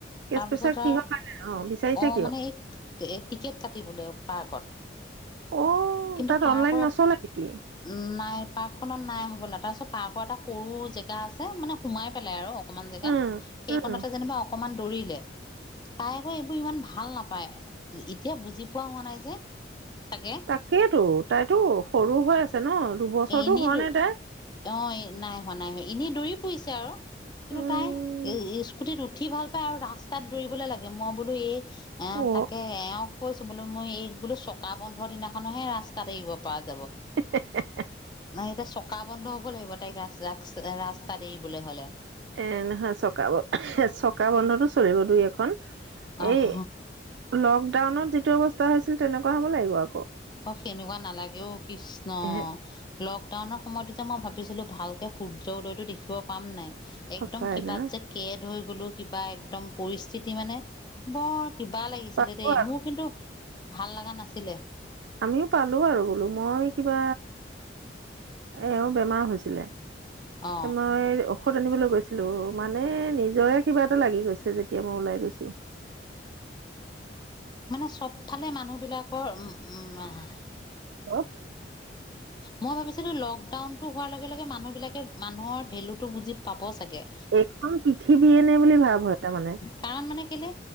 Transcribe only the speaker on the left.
তাৰপিছত
আৰু
অ
মানে এই এই টিকেট কাটিবলে পাৰ্কত।
কিন্তু
পাৰ
কৰাত
উম নাই। পাৰ্কখনত নাই হ'বলা তাৰপিছত পাৰ্কৰ এটা সৰু জেগা আছে মানে সোমাই পেলাই আৰু অকমান জেগা
সেইকণতে
যেনিবা অকমান দৌৰিলে তাই আকৌ এইবোৰ ইমান ভাল নাপায় পায়। এতিয়া বুজি পোৱা হোৱা নাই যে। চাগে
এ, এনেই
দৌৰি।
অঁ, নাই হোৱা নাই। এনেই দৌৰি ফুৰিছে আৰু, কিন্তু
তাই স্কুটিত। উঠি ভাল পায়, আৰু ৰাস্তাত দৌৰিবলৈ লাগে। মই বোলো এই। অঁ,
তাকে এওঁক কৈছোঁ, বোলো মই এই বোলো, চকা বন্ধৰ দিনাখনহে ৰাস্তাত এৰিব পৰা যাব।
নাই, এতিয়া চকা বন্ধ হ'ব লাগিব তাইক ৰাস্তাত এৰিবলে হ'লে।
আহ
অঁ, সেনেকুৱা নালাগে অ' কৃষ্ণ।
লকডাউনৰ সময়তো যে মই ভাবি। ভাবিছিলোঁ ভালকে সূৰ্য উদয়টো দেখিব পাম নাই।
একদম, কিবাৎ
যে কেদ। এই বুলু, কিবা একদম পৰিস্থিতি মানে বৰ। কিবা লাগিছিলে
দেই
মোৰ কিন্তু। ভাল লাগা নাছিলে।
অ
মানে চবফালে মানুহবিলাকৰ উম্ উম্, হাঁ।
মই ভাবিছিলোঁ, লকডাউন। হোৱাৰ লগে লগে মানুহবিলাকে মানুহৰ ভেল্যুটো বুজি পাব। চাগে
কাৰণ মানে কেলে